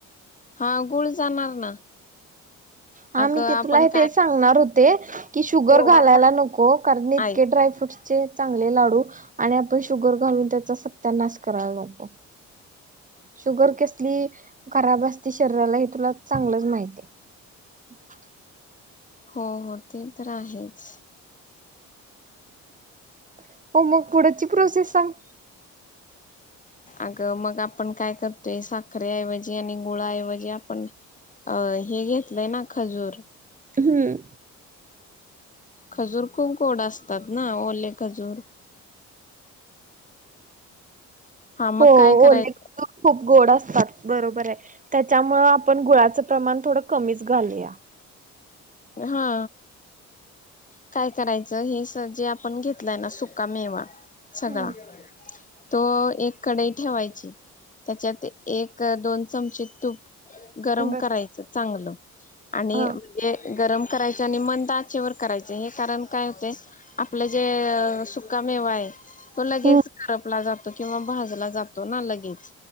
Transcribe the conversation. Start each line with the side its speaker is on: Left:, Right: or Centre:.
Left: हा गुळ जाणार ना
Right: हा
Left: अगं
Right: मी ते
Left: आपण
Right: तुला तेच
Left: काय
Right: सांगणार होते, की शुगर
Left: थोडासा
Right: घालायला नको कारण इतके
Left: ऐक
Right: ड्रायफ्रूटस चे चांगले लाडू आणि आपण शुगर घालून त्याचा सत्यानाश करायला नको, शुगर कसली खराब असते, शरीराला हे तुला चांगलंच माहीतेय. अच् <inaudible>
Left: हो, हो, ते तर आहेच.
Right: हो, मग पुढंची प्रोसेस सांग.
Left: अगं मग आपण काय करतोय साखरऐवजी आणि गुळाऐवजी आपण अ हे घेतलंय ना खजूर.
Right: हम्म.
Left: खजूर खूप गोड असतात ना, ओले खजूर. हा मग
Right: हो
Left: काय करायच
Right: ओले खूप- गोड असतात. बरोबर आहे, त्याच्यामुळे आपण गुळाचं प्रमाण थोडं कमीच घालूया.
Left: हा. काय करायचं, हे स जे आपण घेतलंय ना, सुका मेवा सगळा
Right: हम्म
Left: तो एक कडई ठेवायची, त्याच्यात एक दोन चमचे तूप गरम
Right: बर
Left: करायचं चांगलं, आणि
Right: हा.
Left: म्हणजे गरम करायच आणि मंद त्याचेवर करायच हे कारण काय होतेय, आपलं जे सुकामेवा आहे, तो लगेच
Right: हो
Left: करपला जातो किंवा भाजला जातो, तो ना लगेच